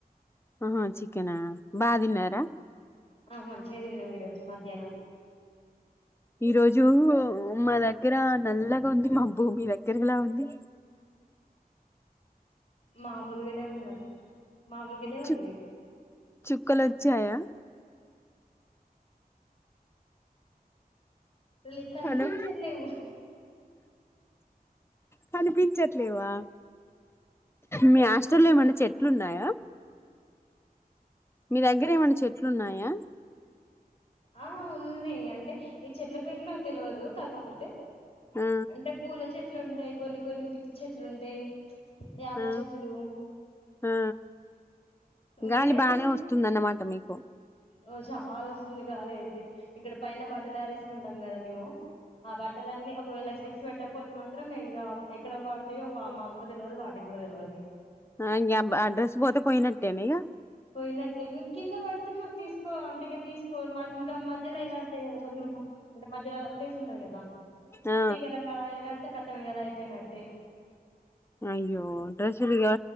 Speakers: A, on the left; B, on the left.
A: ఆహా చికెనా బాగా తిన్నారా
B: ఆ మంచిగా తిన్నాం ఈరోజు మధ్యాహ్నం
A: ఈ రోజు మా దగ్గర నల్లగా ఉంది మబ్బు మీ దగ్గర ఎలా ఉంది
B: మామూలుగానే ఉంది అక్కా మామూలుగనే
A: చు
B: ఉంది
A: చుక్కలు వచ్చాయా
B: లే కనిపించట్లేవు
A: హలో కానీ పించట్లేవా మీ హాస్టల్ ల్ల ఏమన్నా చెట్లు ఉన్నాయా మీ దగ్గర ఏమైనా చెట్లు ఉన్నాయా
B: ఆ ఉన్నాయి అంటే ఈ చెట్ల పేర్లు నాకు తెలివదు కాకపోతే
A: ఆ
B: అంటే పూల చెట్లు ఉంటయి, కొన్ని కొన్ని పిచ్చి చెట్లు ఉంటయి యాప
A: ఆ
B: చెట్లు
A: ఆ
B: ఉన్నాయి
A: గాలి
B: కానీ
A: బానే వస్తుందన్నమాట మీకు
B: ఓ చాలా వస్తుంది గాలి అయితే ఇక్కడ పైన బట్టలు ఆరేసుకుంటాం కదా మేము ఆ బట్టలన్నీ ఒకవేళ క్లిప్ స్ పెట్టక పోతే మాత్రం ఇగ ఎక్కడ పడతాయో మాకు కూడా తెలవదు వాటికి కూడా తెలవదు
A: ఇగ అ డ్రస్ పోతే పోయినట్టేనా ఇగ
B: పోయినట్టే ఇగ కింద పడితే మాకు తీసుకో అంటే ఇగా తీసుకోరు మా ఇంకా మధ్యలో ఎలాడతయి కదా కొంత అంటే మధ్యలో ప్లేస్ ఉంటది కదా
A: ఆ
B: తీగలకాడ ఎలాడితే కతం ఇగా అది అయిపోయినట్టే
A: అయ్యో డ్రెస్సులు ఇగా